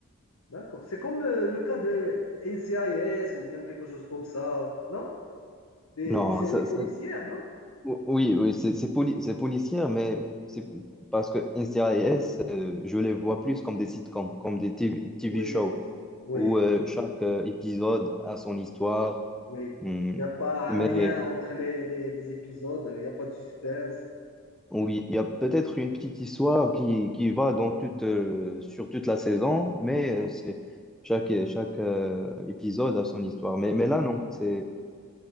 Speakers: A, on the left; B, in the centre.
A: d'accord. C'est comme euh, le cas de NCIS ou bien quelque chose comme ça, non? Des-
B: Non,
A: une série
B: ça,
A: policière,
B: ça-
A: non?
B: o- oui, oui, c'est c'est poli- c'est policière, mais c'est parce que NCIS, euh, je les vois plus comme des sitcoms, comme des TV, TV
A: Oui,
B: shows,
A: effectivement, oui.
B: où euh,
A: oui.
B: chaque euh, épisode a son histoire.
A: Oui.
B: Hmm.
A: Il n'y a pas
B: Mais
A: un lien entre les, les, les épisodes, il n'y a pas de suspense.
B: Oui, il y a peut-être une petite histoire qui, qui va dans toute, euh, sur toute la saison, mais euh, c'est chaque, chaque euh, épisode a son histoire. Mais, mais là, non, c'est